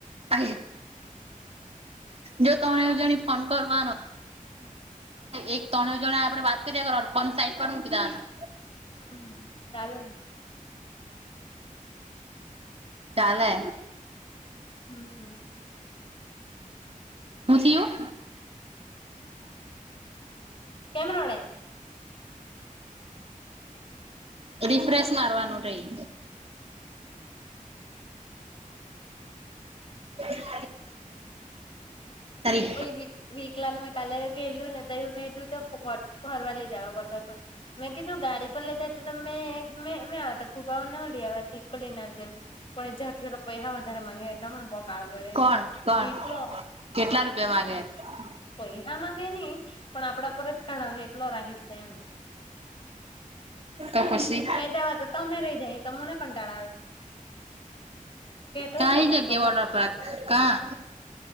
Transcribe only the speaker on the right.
અ જો તમે જણી ફોન કર ને.
એક ત્રણે જણે આપડે વાત કરીએ, કર સાઈડ પર ફોન મુકીદેવનો.
ચાલે.
હુથિયું.
રિફ્રેશ મારવાનું રહી. હ. સોરી.
કોણ
કોણ
કેટલા રૂપિયા મામાંગે?
કા પછી
કઈ
જગ્યા
ઓડરપ
પાક?